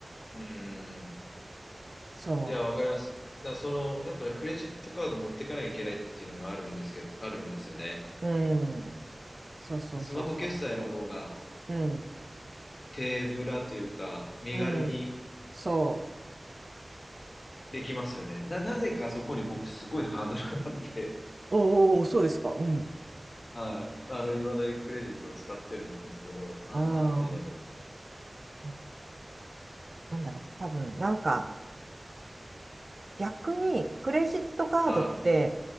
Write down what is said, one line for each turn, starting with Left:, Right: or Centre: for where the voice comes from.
Left: うん。
Right: そ
Left: いや、わかります。だからその、やっぱね、クレジットカード持ってかなきゃいけないっていうのがあるんですけど、あるんですよね。
Right: う。うん。そうそうそうそ
Left: スマホ決済の方が
Right: う。うん。
Left: 手ぶらというか、身軽に
Right: うん。そ
Left: できますよね。な、なぜかそこに僕すごいハードルがあって、
Right: う。おーおー、そうですか。うん。
Left: <laughs> はい。あの、未だにクレジットを使ってるんですけど、な、
Right: あ
Left: なんでだろうな。
Right: あ、なんだろう。多分、なんか、逆に、クレジットカードって、
Left: はい。